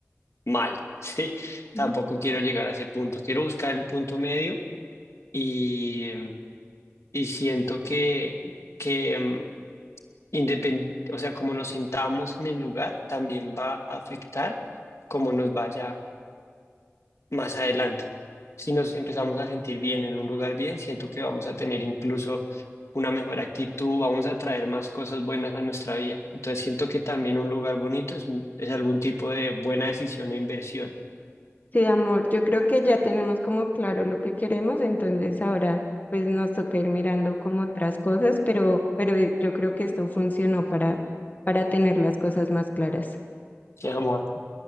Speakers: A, on the left; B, on the left.
A: mal. <laughs> Sí, tampoco
B: Ujú.
A: quiero llegar a ese punto, quiero buscar el punto medio y y siento que que Independ- o sea, como nos sentamos en el lugar, también va a afectar cómo nos vaya más adelante. Si nos empezamos a sentir bien en un lugar bien, siento que vamos a tener incluso una mejor actitud, vamos a traer más cosas buenas a nuestra vida. Entonces siento que también un lugar bonito es, un- es algún tipo de buena decisión e inversión.
B: Sí, amor, yo creo que ya tenemos como claro lo que queremos, entonces ahora pues nos toca ir mirando como otras cosas, pero, pero eh, yo creo que esto funcionó para, para tener las cosas más claras.
A: ¡Qué amor! a,